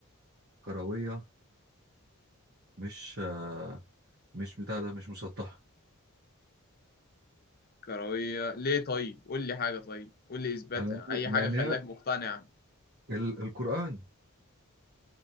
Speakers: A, on the right; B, on the left.
A: كرويه مش آه، مش بتاع ده مش مسطحه
B: كروية ليه طيب قول لي حاجة طيب قول لي إثباتها
A: انا
B: أي
A: لان
B: حاجة خلاك
A: هي
B: مقتنع
A: ال- القران